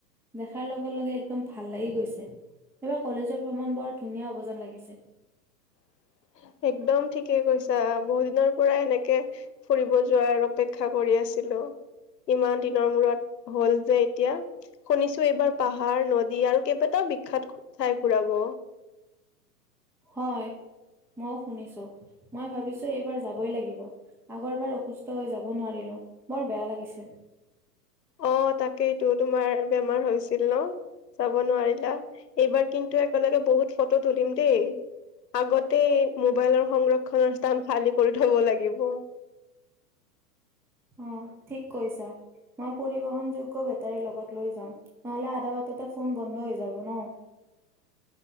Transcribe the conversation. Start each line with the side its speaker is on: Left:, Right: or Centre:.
Centre: দেখাৰ লগে' লগে একদম ভাল লাগি গৈছে এইবাৰ কলেজৰ ভ্ৰমণ বৰ ধুনীয়া হৱ‌ যেন লাগিছে
Left: <inaudible> একদম ঠিকে কৈছা, বহু দিনৰ পৰা এনেকে ফুৰিব যোৱাৰ অপেক্ষা কৰি আছে ছিলিলো ইমান দিনৰ মূৰত হ'ল যে এতিয়া শুনিছো এইবাৰ পাহাৰ নদী আৰু কেইবাটাও বিখ্যাত ঠাই ঘুৰাব
Centre: হয়। মইও শুনিছো, মই ভাবিছো এইবাৰ যাবই লাগিব আগৰবাৰ অসুস্থ হৈ যাব নোৱাৰিলো বৰ বেয়া লাগিছিল
Left: অ', তাকেইটো তোমাৰ বেমাৰ হৈছিল ন। যাব নোৱাৰিলা এইবাৰ কিন্তু একেলগে বহুত ফটো তুলিম দেই আগতে মোবাইলৰ সংৰক্ষনৰৰ স্থান খালী কৰি থব লাগিব
Centre: অ', ঠিক কৈছা মই পৰিবহন যোগ্য বেটাৰীৰ লগত লৈ যাম নহলে আধা বটাতে ফোন বন্ধ হৈ যাব ন
Left: <unintelligible>